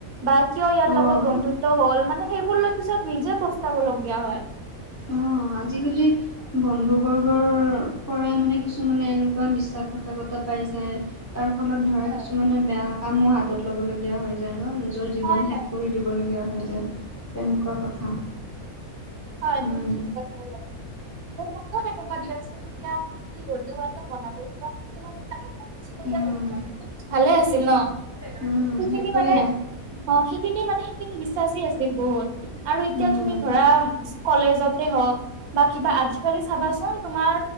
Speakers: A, on the right; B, on the left.
A: বা কিয় ইয়াৰ
B: অ'।
A: লগত বন্ধুত্ব হল মানে সেইবোৰ লৈ পিছত নিজে পস্তাবলগীয়া হয়।
B: অহ আজিকালি। বন্ধু বৰ্গৰ পৰাই মানে কিছুমানে এনেকুৱা বিশ্বাস ঘাটকতা পায় যায়। তাৰ ফলত ধৰা
A: হয়,
B: কিছুমানে বেয়া কামো হাতত লব লগীয়া হৈ যায় ন নিচ নিজৰ জীৱন
A: হয়,
B: শেষ
A: হয়,
B: কৰি দিবলগীয়া হয় যেন তেনেকুৱা কথা।
A: হয়
B: উম।
A: তুমি ঠিক কৈছা ইয়াত। কিয় সেনেকুৱা দিয়া চোন এতিয়া কৰি গধূলি হোৱাকে বনাব লগা কিছুমান আমাৰ। ইস্পষ্টহে
B: উম,
A: আও ভালে আছিল ন
B: উম,
A: সেইখিনি
B: সেইটোৱে
A: মানে। অহ সেইখিনি মানে সেইখিনি বিশ্বাসেই আছিল বহুত আৰু এতিয়া
B: উম,
A: তুমি ধৰা। ইস্ক কলেজতে হওঁক বা কিবা আজিকালি চাবাচোন তোমাৰ।